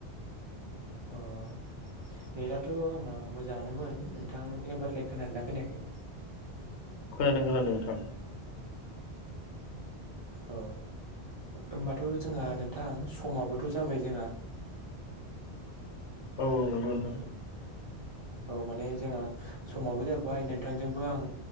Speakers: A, on the right (about 45°); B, on the left (about 85°).
A: अह नेदाथ‌ आंना मोजाङानोमोन नोंथां एबारलाय खोनादों ना खोनायाखै
B: खोनादों खोनादों नोंथां
A: औ होमबाथ' जोंहा नोंथां समाबोथ' जाबाय जोंहा <inaudible>
B: औ - औ नंगौ नोंथां
A: औ माने जोंहा समाबो जाबाय नोंथांजोंबो आं